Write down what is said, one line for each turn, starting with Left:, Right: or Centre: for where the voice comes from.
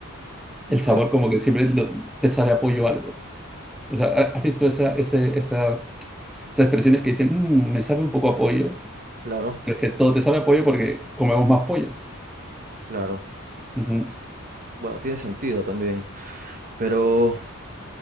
Centre: el sabor
Right: Eh,
Centre: como que siempre lo- te sabe a pollo algo. O sea, ¿ha- ¿has visto esa, ese- esa- esas expresiones que dicen, "Mm, me sabe un poco a pollo?
Right: claro,
Centre: Pero es que todo te sabe a pollo porque comemos más pollo.
Right: claro.
Centre: Ujú.
Right: Bueno, tiene sentido también. Pero